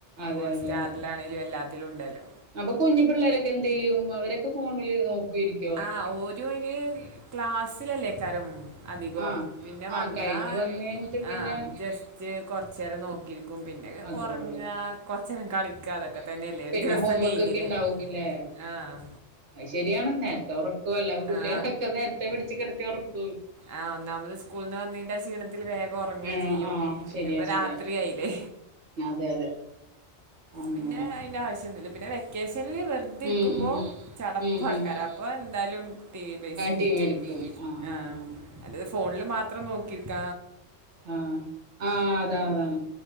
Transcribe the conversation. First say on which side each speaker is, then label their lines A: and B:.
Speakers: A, on the right; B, on the right.
A: അതെ
B: ഹോട്ട്
A: അതെ
B: സ്റ്റാറിലാണെലും
A: അതെ
B: എല്ലാത്തിലും ഉണ്ടല്ലോ
A: അപ്പൊ കുഞ്ഞി പിള്ളേരൊക്കെ എന്ത്യ്യും അവരൊക്കെ ഫോണില് നോക്കുയിരിക്കും
B: ആഹ് ഒരായിന് ക്ലാസ്സിലല്ലേക്കാരം അധികം
A: ആഹ്
B: പിന്നെ
A: ആഹ്
B: വന്നാ
A: കഴിഞ്ഞ് വന്ന് കഴിഞ്ഞിട്ട് പിന്നെ
B: ആഹ് ജസ്റ്റ് കൊറച്ചേരം നോക്കി ഇരിക്കും പിന്നെ
A: അത്രേ
B: ഉറങ്ങ
A: ഉള്ളൂ
B: കൊറച്ചേരം കളിക്ക അതൊക്കെ തന്നെല്ല
A: പിന്നെ
B: ഒരു ദിവസം
A: ഹോം
B: കഴിഞ്ഞില്ലേ
A: വർക്ക് ഒക്കെ ഉണ്ടാവുംല്ലേ
B: ആഹ്
A: അത് ശരിയാണ് നേരത്തെ ഉറക്കുവല്ല കുട്ടികളൊക്കെ
B: ആ
A: നേരത്തെ പിടിച്ച കിടത്തി ഉറക്കൂ
B: ആഹ് ഒന്നാമത് സ്കൂളിൽ നിന്ന് വന്നെന്റെ ആ ക്ഷീണത്തിൽ വേഗം ഉറങ്ങയും
A: ഏഹ്
B: ചെയ്യും
A: ആഹ്
B: പിന്നെപ്പ
A: ശരിയാ ശരിയാ
B: രാത്രിയായില്ലേ
A: അതെ അതെ അങ്ങനെ
B: പിന്നെ അതിന്റെ ആവശ്യം ഒന്നുമില്ല പിന്നെ വെക്കേഷനിൽ വെറുതെ ഇരിക്കുമ്പോൾ
A: ഉം ഉം
B: ചടപ്പേക്കാരം
A: ഉം ഉം
B: അപ്പോൾ എന്തായാലും ടി വി പൈസ കയറ്റും
A: ടി വി എടുക്കും ആഹ്
B: ആ
A: ആഹ് ആഹ്
B: അല്ലത് ഫോണിൽ മാത്രം നോക്കിരിക്ക
A: ആഹ് ആഹ് അതാണ് അതാണ്